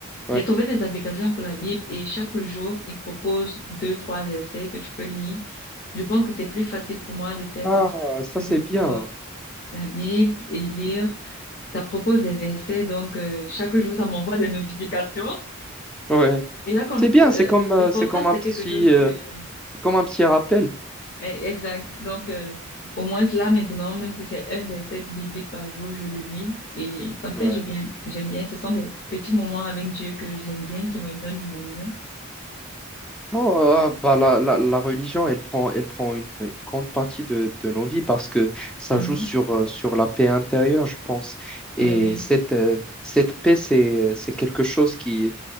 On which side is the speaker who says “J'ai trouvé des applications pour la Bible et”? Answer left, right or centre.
Left